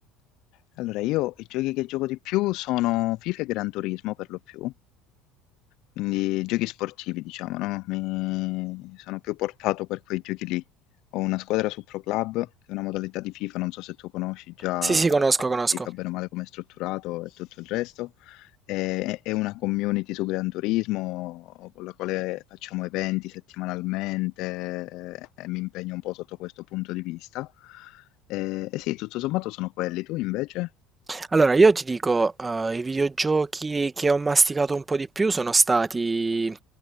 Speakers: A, on the left (about 65°); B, on the right (about 20°).
A: Allora, io i giochi che gioco di più sono FIFA e Gran Turismo per lo più. Quindi giochi sportivi diciamo, no, mi sono più portato per quei giochi lì. Ho una squadra su Pro Club, che è una modalità di FIFA, non so se tu conosci già
B: Sì, sì,
A: eh,
B: conosco, conosco.
A: FIFA bene o male com'è strutturato e tutto il resto, e e una community su Gran Turismo con la quale facciamo eventi settimanalmente eh, e mi impegno un po' sotto questo punto di vista. Ehm, e sì, tutto sommato sono quelli. Tu invece?
B: Allora, io ti dico, eh, i videogiochi che ho masticato un po' di più sono stati